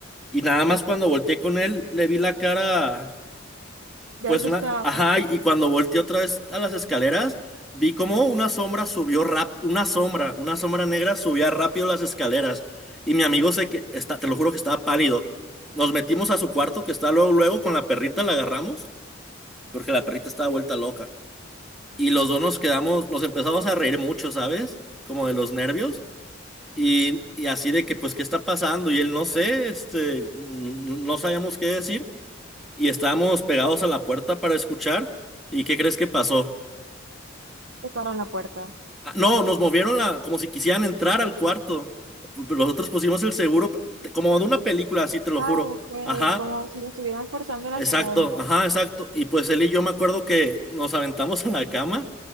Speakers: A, in the centre; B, on the right.
A: y nada más cuando volteé con él le vi la cara,
B: Ya
A: pues
B: asustaba.
A: una, ajá, y cuando volteé otra vez a las escaleras, vi como una sombra subió rap, una sombra, una sombra negra subía rápido las escaleras y mi amigo se que está, te lo juro que estaba pálido. Nos metimos a su cuarto que está luego, luego con la perrita la agarramos porque la perrita estaba vuelta loca. y los dos nos quedamos, nos empezamos a reír mucho, ¿sabes? Como de los nervios. Y, y así de que, pues, ¿qué está pasando? Y él, no sé, este, n- no sabíamos qué decir. Y estábamos pegados a la puerta para escuchar. ¿Y qué crees que pasó?
B: Tocaron la puerta.
A: Ah, No, nos movieron la, como si quisieran entrar al cuarto. Nosotros pusimos el seguro, como de una película, así te lo
B: Ah,
A: juro.
B: ok,
A: Ajá.
B: como si estuvieran forzando la
A: Exacto,
B: cerradura.
A: ajá, exacto. Y pues él y yo me acuerdo que nos aventamos <laughs> en la cama